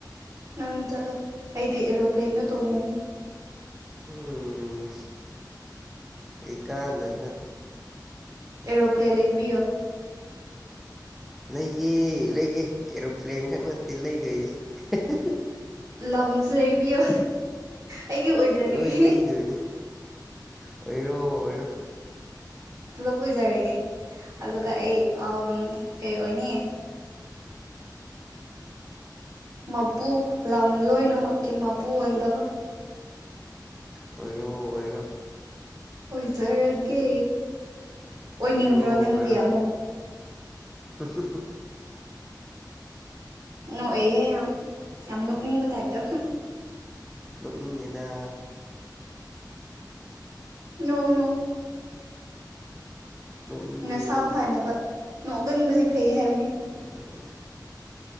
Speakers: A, on the right (about 50°); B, in the centre.
A: ꯅꯪ ꯆꯠꯂꯣ ꯑꯩꯗꯤ ꯑꯦꯔꯣꯄ꯭ꯂꯦꯟꯗ ꯇꯣꯡꯅꯤꯡꯉꯤ
B: ꯎꯝ ꯀꯩ ꯀꯥꯗꯅ
A: ꯑꯦꯔꯣꯄ꯭ꯂꯦꯟ ꯂꯩꯕꯤꯌꯣ
B: ꯂꯩꯒꯦ ꯂꯩꯒꯦ ꯑꯦꯔꯣꯄ꯭ꯂꯦꯟ ꯈꯛ ꯅꯠꯇꯦ ꯂꯩꯗꯣꯏꯁ <unintelligible>
A: ꯂꯝꯪ ꯂꯩꯕꯤꯌꯣ ꯑꯩꯒꯤ ꯑꯣꯏꯖꯔꯒꯦ
B: ꯂꯣꯏ ꯂꯩꯗꯣꯏꯅꯤ ꯑꯣꯏꯔꯣ ꯑꯣꯏꯔꯣ
A: ꯄꯨꯂꯞ ꯑꯣꯏꯖꯔꯒꯦ ꯑꯗꯨꯒ ꯑꯩ ꯀꯩ ꯑꯣꯏꯅꯤ ꯃꯄꯨ ꯂꯝ ꯂꯣꯏꯅꯃꯛꯀꯤ ꯃꯄꯨ ꯑꯣꯏꯒꯗꯕ
B: ꯑꯣꯏꯔꯣ ꯑꯣꯏꯔꯣ
A: ꯑꯣꯏꯖꯔꯒꯦ ꯑꯣꯏꯅꯤꯡꯗ꯭ꯔꯣ
B: ꯑꯣꯏꯔꯣ
A: ꯅꯪꯗꯤ
B: ꯑꯣꯏꯔꯣ
A: ꯑꯃꯨꯛ
B: <unintelligible>
A: ꯅꯣꯛꯦꯍꯦ ꯌꯥꯝ ꯌꯥꯝ ꯅꯣꯛꯅꯤꯡꯕ ꯇꯥꯏꯞꯇ
B: ꯅꯣꯡ ꯃꯤ ꯂꯩꯗ
A: ꯅꯧꯅꯧ
B: ꯅꯣꯛꯅꯤꯡꯗꯦ
A: ꯅꯁꯥ ꯐꯅꯕ ꯅꯣꯛꯒꯟꯕꯁꯦ ꯐꯩ ꯍꯥꯏꯕꯅꯤ
B: ꯎꯝ ꯎ